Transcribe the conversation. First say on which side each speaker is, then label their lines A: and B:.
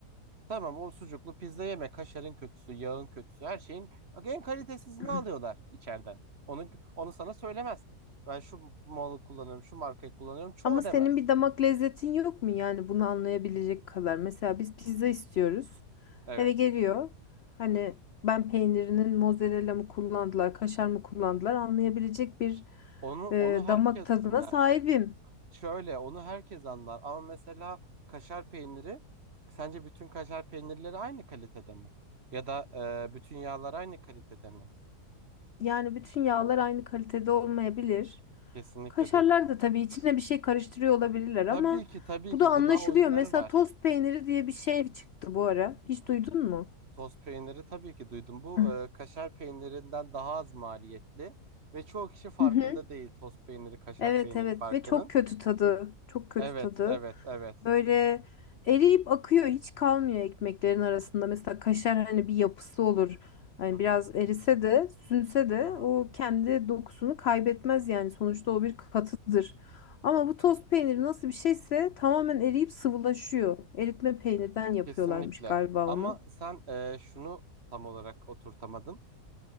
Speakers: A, on the right; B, on the left.
A: Tamam o sucuklu pizza yeme. Kaşarın kötüsü, yağın kötüsü, her şeyin en kalitesizini
B: <clears throat> Hı.
A: alıyorlar içeriden. Onu onu sana söylemez. Ben şu malı kullanıyorum, şu markayı kullanıyorum. Çoğu
B: Ama senin
A: demez.
B: bir damak lezzetin yok mu yani bunu anlayabilecek kadar? Mesela biz pizza istiyoruz.
A: Evet.
B: Eve geliyor. Hani
A: Hı hı.
B: ben peynirinin mozzarella mı kullandılar, kaşar mı kullandılar anlayabilecek bir
A: Onu onu
B: e,
A: herkes
B: damak tadına
A: anlar.
B: sahibim.
A: Şöyle onu herkes anlar ama mesela kaşar peyniri sence bütün kaşar peynirleri aynı kalitede mi? Ya da e, bütün yağlar aynı kalitede mi?
B: Yani bütün yağlar aynı kalitede olmayabilir.
A: Kesinlikle
B: Kaşarlar
A: değil.
B: da tabii içine bir şey karıştırıyor olabilirler
A: Tabii
B: ama
A: ki tabii
B: bu
A: ki
B: da anlaşılıyor.
A: gıda oyunları
B: Mesela
A: var.
B: tost peyniri diye bir şey çıktı bu ara. Hiç duydun mu?
A: Toz peyniri tabii ki duydum. Bu
B: Hı.
A: e, kaşar peynirinden daha az maliyetli ve çoğu kişi farkında
B: Hı hı.
A: değil toz peyniri kaşar
B: Evet
A: peyniri
B: evet
A: farkının.
B: ve çok kötü tadı. Çok kötü
A: Evet
B: tadı.
A: evet evet.
B: Böyle eriyip akıyor. Hiç kalmıyor ekmeklerin arasında. Mesela kaşar hani bir yapısı olur. Hani
A: Hı hı,
B: biraz erise de sünse de
A: hı hı.
B: o kendi dokusunu kaybetmez yani. Sonuçta o bir katıdır. Ama bu toz peyniri nasıl bir şeyse tamamen eriyip sıvılaşıyor. Eritme peynirden yapıyorlarmış
A: Kesinlikle.
B: galiba
A: Ama
B: onu.
A: sen e, şunu tam olarak oturtamadın.